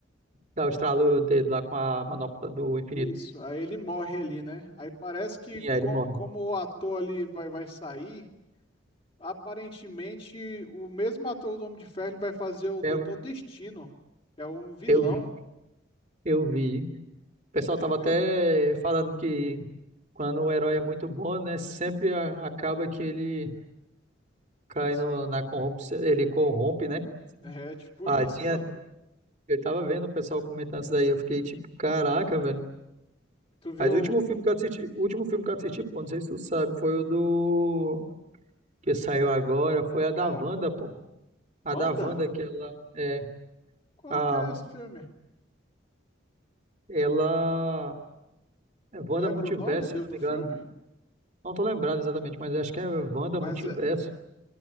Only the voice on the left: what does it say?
isso. Aí ele morre ali, né? Aí parece que
co-
como o ator ali vai, vai sair, aparentemente o mesmo ator do Homem de Ferro ele vai fazer o
Doutor Destino, que é um vilão,
tu
viu?
Que ele se-
É, tipo
isso,
mano.
Tu viu
qual?
Wanda?
Qual
que é esse filme?
Tu lembra
o nome do,
do
filme?
Mas
é.